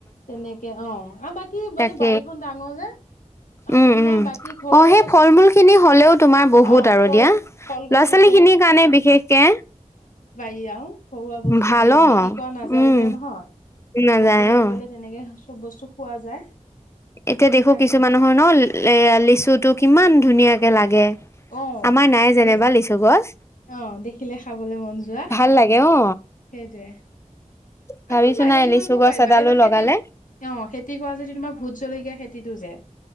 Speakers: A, on the left (about 85°); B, on the left (about 20°).
A: তেনেকে অ আ বাকী মানে
B: এ
A: বাৰীখন ডাঙৰ যে আকৌ
B: উম
A: তোমাৰ
B: উম
A: বাকী ঘৰুৱা
B: অ সেই
A: বস্তু
B: ফল মূল খিনি হলেও তোমাৰ বহুত
A: অ
B: আৰু
A: কল
B: দিয়া
A: কলগছ
B: ল'ৰা ছোৱালী
A: আছে
B: খিনিৰ কাৰণে বিশেষকে
A: তিয়াও ঘৰুৱা বস্তুতো
B: ভাল
A: বিক্ৰী
B: অ
A: কৰা নাযায়
B: উম
A: যে নহয়
B: নাযায়
A: পকিলে
B: অ
A: কৰিলে তেনেকে বস্তু খোৱা যায়
B: এতিয়া দেখো
A: তাকে
B: কিছু মানুহৰ ন এ লিচুটো কিমান ধুনীয়াক লাগে
A: অ
B: আমাৰ নাই যেনেবা
A: দেখি
B: লিচু গছ
A: অ দেখিলে খাবলে মন যোৱা
B: ভাল লাগে অ
A: সেইটোয়ে এহ
B: ভাবিছো
A: আকৌ তোমাৰ
B: নাই
A: হেৰি
B: লিচু
A: কৰিবও
B: গছ
A: পাৰিবা
B: এডালো
A: এইবাৰ খেতি
B: লগালে
A: অ খেতি কৰা যদি তোমাৰ ভোত জলকীয়া খেতি টিটু যে